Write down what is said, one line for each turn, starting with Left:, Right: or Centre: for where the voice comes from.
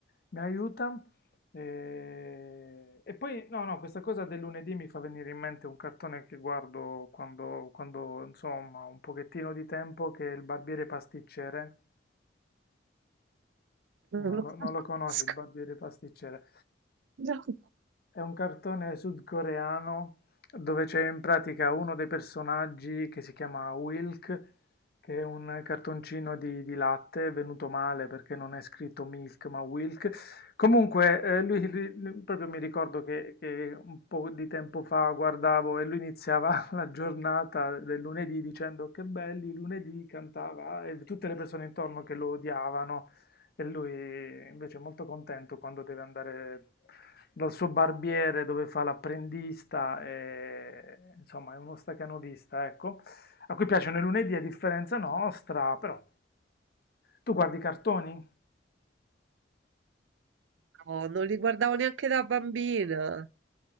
Left: mi aiuta. E... e poi, no, no, questa cosa del lunedì mi fa venire in mente un cartone che guardo quando, quando insomma, ho un pochettino di tempo, che è il barbiere pasticcere. Non
Right: Non lo
Left: lo,
Right: conosco.
Left: non lo conosci il barbiere pasticcere?
Right: No,
Left: È un cartone sudcoreano dove c'è in pratica uno dei personaggi che si chiama Wilk, che è un cartoncino di, di latte, è venuto male perché non è scritto Milk ma Wilk. Comunque, eh, lui, lui- lui- proprio mi ricordo che, che un po' di tempo fa guardavo e lui iniziava <laughs> la giornata del lunedì dicendo che belli lunedì, cantava e tutte le persone intorno che lo odiavano. E lui invece è molto contento quando deve andare dal suo barbiere dove fa l'apprendista, e, insomma è uno stacanovista, ecco, a cui piacciono i lunedì a differenza nostra, però tu guardi i cartoni?
Right: no, non li guardavo neanche da bambina.